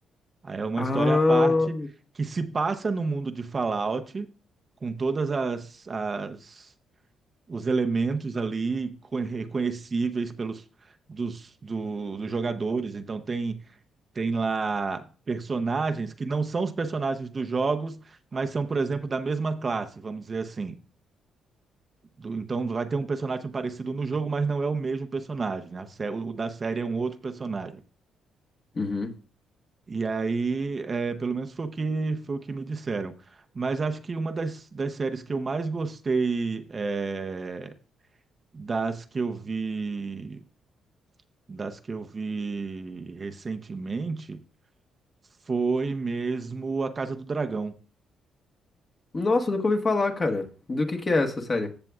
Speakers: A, on the right (about 35°); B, on the left (about 35°).
A: Aí é uma
B: Ah.
A: história à parte que se passa no mundo de Fallout, com todas as, as os elementos ali co- reconhecíveis pelos dos, do- dos jogadores. Então tem tem lá personagens que não são os personagens dos jogos, mas são, por exemplo, da mesma classe, vamos dizer assim. Do- Então vai ter um personagem parecido no jogo, mas não é o mesmo personagem. né? A sé- o da série é um outro personagem.
B: Uhum.
A: E aí, é, pelo menos foi o que foi o que me disseram. Mas acho que uma das, das séries que eu mais gostei é, das que eu vi das que eu vi recentemente foi mesmo A Casa do Dragão.
B: Nossa, eu nunca ouvi falar, cara. Do que que é essa série?